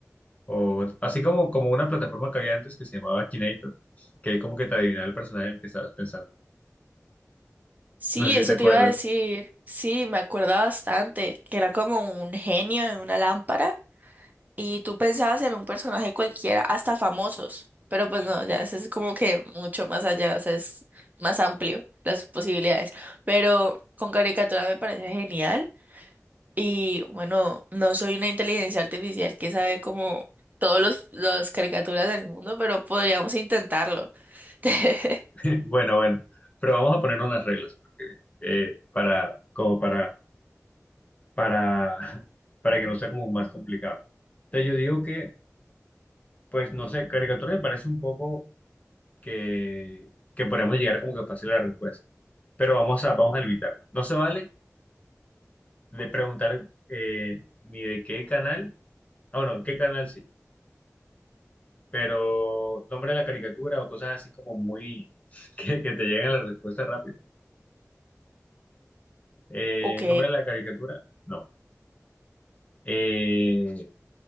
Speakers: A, on the left; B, on the right.
A: o así como, como una plataforma que había antes que se llamaba Kinator, que como que te adivinaba el personaje del que estabas pensando.
B: Sí,
A: No Ah, sé
B: eso
A: si te sí, qué acuerdas.
B: te iba a decir. Sí, me acuerda bastante que era como un genio en una lámpara y tú pensabas en un personaje cualquiera, hasta famosos, pero pues no, ya eso es como que mucho más allá, o sea, es más amplio las posibilidades. Pero con caricatura me parece genial. Y bueno, no soy una inteligencia artificial que sabe como todos los, las caricaturas del mundo, pero podríamos intentarlo. <laughs>
A: Sí, <laughs> Bueno, bueno, pero vamos a poner unas reglas porque, eh, para, como para, para, <laughs> para que no sea como más complicado. Entonces yo digo que, pues no sé, caricatura me parece un poco que, que podríamos llegar como que fácil a la respuesta. Pero vamos a, vamos a limitarlo. No se vale de preguntar eh, ni de qué canal, ah, bueno, qué canal sí, pero nombre de la caricatura o cosas así como muy, <laughs> que, que te lleguen la respuesta rápido. Eh,
B: Ok,
A: nombre de la caricatura, no. Eh,